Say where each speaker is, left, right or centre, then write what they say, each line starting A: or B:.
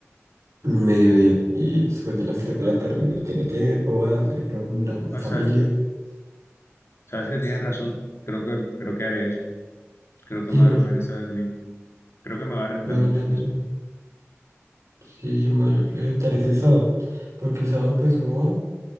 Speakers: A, on the right (about 85°); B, on the left (about 60°).
A: Mediodía. Y después de las 3 de la tarde uno tiene tiempo, va a salir con la, la
B: pues,
A: familia.
B: sabes, sabes que tienes razón. Creo que, creo que haré eso. Creo que
A: Sí,
B: madrugaré
A: no, yo,
B: sábado y domingo. Creo que me va a rentar
A: no,
B: mucho
A: no,
B: más.
A: no. Sí, yo me voy a levantar es el sábado. Porque el sábado pues uno va